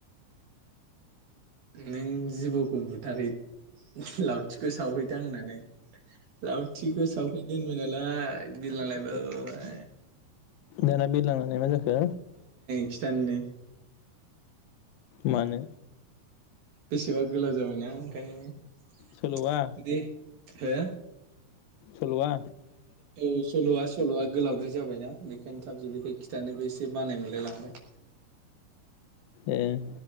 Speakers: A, on the right; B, on the left.
A: नों जिबौखौ बुथारै लावथिखौ सावहैथां होननानै लावथिखौ सावहै दोनबाय नालाय बिलांलायबाय
B: दाना बिरलांनानै मा जाखो?
A: खिथाननो
B: मानो
A: बेसेबा गोलाव जाबायना ओंखायनो
B: सल'आ
A: दे हो?
B: सल'वा
A: औ सल'आ सल'आ गोलावद्राय जाबाय। बेखायनो थाब जोबैखाय खिथानोबो एसे बानाय मोनलाय लांबाय।
B: ए